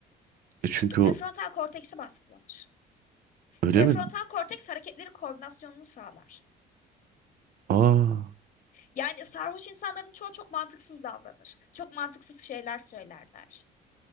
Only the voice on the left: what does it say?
Çünkü prefrontal
korteksi baskılanır.
Prefrontal
korteks hareketlerin koordinasyonunu sağlar.
Yani sarhoş insanların çoğu çok mantıksız davranır. Çok mantıksız şeyler söylerler.